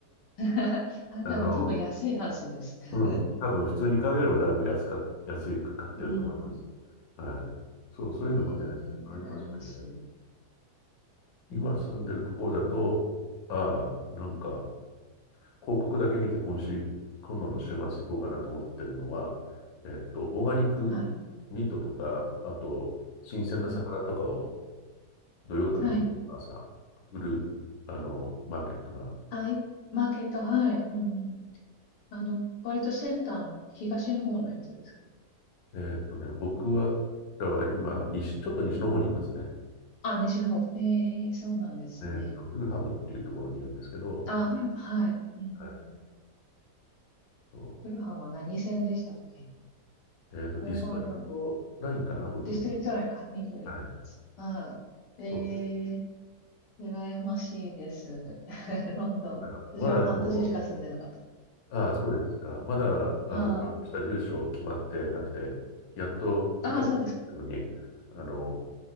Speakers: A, on the left (about 80°); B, on the left (about 70°).
A: <laughs> あ、
B: あの、
A: でも多分安いはずです。<laughs>
B: うん、多分普通に買うよりもだいぶ安か、安く買ってると思います。
A: うん。
B: はい。そう、そういうのがね、
A: えー、
B: ありますよね。
A: 羨ましい。
B: 今住んでるところだと、
A: うん。
B: ああ、なんか、広告だけ見て今週、今度の週末行こうかなと思ってるのは、えっと、オーガニックミートとか、
A: はい、
B: あと、新鮮な魚とかを
A: はい、
B: 土曜とか日曜の朝、
A: はい。
B: 売る、あの、マーケットが、
A: あ、い、マーケット、はい。うんうん。あの、割とセンターの東の方のやつです。
B: えーっとね、僕は、だは今、西、ちょっと西の方にいますね。
A: あ、西の方。ええそうなんですね。
B: えーっと、フルハムっていうところにいるんですけど、
A: うんあ、フル、はい。うんうんうん、
B: はい。そ
A: フルハンは何線でしたっけ
B: う。えーっと、ディストリクトラインかな、
A: オーバーグラウンド。
B: 僕の。
A: ディストリクトラインか。緑のやつ。
B: はい。
A: あ、え
B: そうです。
A: え羨ましいです。<laughs> ロンドン。
B: まだ、
A: 私は半年しか住んでなかった。
B: まだでも、ああ、そうですか。まだ、
A: はい。
B: あの、ちゃんとした住所決まってなくて、やっと1ヶ月のに、
A: ああ、そうですか。
B: あの、